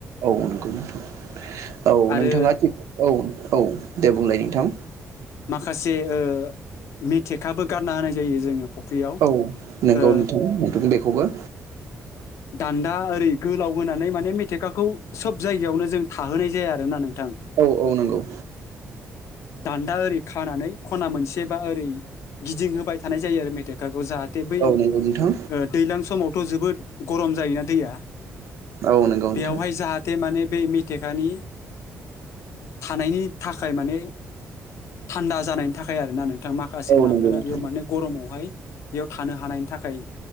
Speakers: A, on the right; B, on the left.
A: औ नंगौ नोंथां औ
B: आरो
A: नोंथाङा थिख औ औ। दे बुंलाय नोंथां।
B: माखासे ओ मेथेखाबो गारना होनाय जायो जोङो। फुख्रियाव
A: औ
B: ओ
A: नोंगौ नोंथां नोंथां बे खौबो
B: दान्दा ओरै गोलाव होनानै माने मेथेखाखौ सोब जायगायावनो जों थाहोनाय जाया आरोना नों
A: औ औ नंगौ।
B: दान्दा ओरै खानानै खना मोनसे बा ओरै गिदिंहोबाय थानाय जायो आरो मेथाइखाखौ जाहाथ थे बै
A: औ नंगौ नोंथां
B: ओ दैलां समावथ' जोबोद गरम जायोना दैया
A: औ नंगौ
B: बेयावहाय
A: नोंथां
B: जाहाथे माने बे मेथेखानि थानायनि थाखाय माने थान्दा जानायनि थाखाय आरोना नों थां माखासे
A: औ
B: नाफोरा
A: नंगौ नोंथां
B: बेयाव माने गरमावहाय बेयाव थानो हानायनि थाखाय